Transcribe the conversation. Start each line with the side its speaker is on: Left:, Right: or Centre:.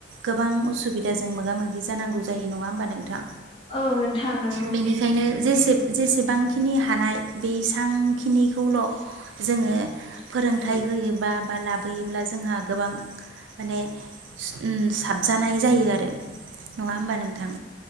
Right: गोबां असुबिदाजों मोगा मोगि जानांगौ जायो नङा होमबा नोंथां?
Left: औ नोंथां नंगौ।
Right: बेनिखायनो जेसे जेसेबांखिनि हानाय बेसांखिनिखौल' जोङो फोरोंथाइ होयोबा बा लाबोयोब्ला जोंहा गोबां माने उम साबजानाय जायो आरो नङा होमबा नोंथां?